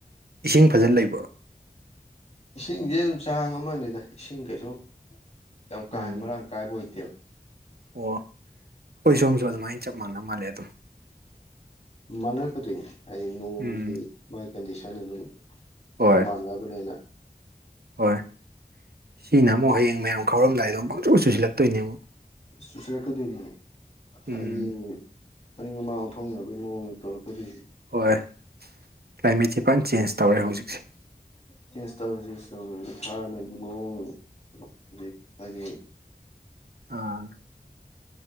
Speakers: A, on the right; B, on the left.
A: ꯏꯁꯤꯡ ꯐꯖꯅ ꯂꯩꯕ꯭ꯔꯣ
B: ꯏꯁꯤꯡꯁꯦ ꯑꯗꯨꯝ ꯆꯥꯡ ꯑꯃꯅꯤꯗ ꯏꯁꯤꯡ ꯀꯩꯁꯨ ꯌꯥꯝ ꯀꯥ
A: ꯎꯝ
B: ꯍꯦꯟꯅ ꯃꯔꯥꯡ ꯀꯥꯏꯕ ꯑꯣꯏꯗꯦꯕ
A: ꯑꯣ ꯑꯩꯈꯣꯏ ꯁꯣꯝꯁꯨ ꯑꯗꯨꯃꯥꯏꯅ ꯆꯞ ꯃꯥꯟꯅ ꯃꯥꯜꯂꯦ ꯑꯗꯨꯝ
B: ꯃꯥꯟꯅꯔꯛꯀꯗꯣꯏꯅꯤ ꯍꯥꯏꯗꯤ ꯅꯣꯡꯒꯤ
A: ꯎꯝ
B: ꯃꯥꯒꯤ ꯀꯟꯗꯤꯁꯟ ꯑꯗꯨꯝ
A: ꯍꯣꯏ
B: ꯃꯥꯅꯕꯅꯤꯅ
A: ꯍꯣꯏ ꯁꯤꯅ ꯑꯃꯨꯛ ꯍꯌꯦꯡ ꯃꯌꯥꯝ ꯈꯥꯎꯔꯝꯗꯥꯏꯗꯝ ꯄꯪꯆꯨ ꯆꯨꯁꯤꯜꯂꯛꯇꯣꯏꯅꯦ ꯑꯃꯨꯛ
B: ꯆꯨꯁꯜꯂꯛꯀꯗꯣꯏꯅꯤ ꯍꯥꯢꯗꯤ
A: ꯎꯝ
B: ꯃꯅꯤꯡ ꯃꯃꯥꯡ ꯑꯣꯟꯊꯣꯛꯅꯕꯩ ꯃꯑꯣꯡ ꯇꯧꯔꯛꯀꯗꯣꯏꯁꯦ
A: ꯍꯣꯏ ꯀ꯭ꯂꯥꯏꯃꯦꯠꯁꯦ ꯐꯅ ꯆꯦꯟꯖ ꯇꯧꯔꯦ ꯍꯧꯖꯤꯛꯁꯦ
B: ꯆꯁ ꯇꯧꯔ ꯇꯧꯔ ꯍꯥꯟꯅꯒꯤ ꯃꯑꯣꯡ 'inaudible' ꯍꯥꯏꯗꯤ
A: ꯑꯥ